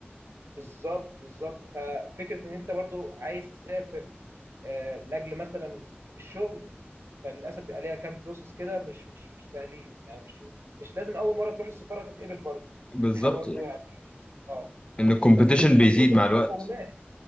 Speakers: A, on the right; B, on the left.
A: بالظبط بالظبط ففكره ان انت برضو عايز تسافر آه، لاجل مثلا الشغل فللاسف بيبقى ليها كام بروسس كده مش مش مش سهلين يعني مش مش لازم اول مره تروح السفاره تتقبل برضو
B: بالظبط
A: دي حاجه برضو يعني اه
B: ان الكومبيتيشن
A: بس ممكن
B: بيزيد
A: يكون
B: مع
A: في
B: الوقت
A: مقومات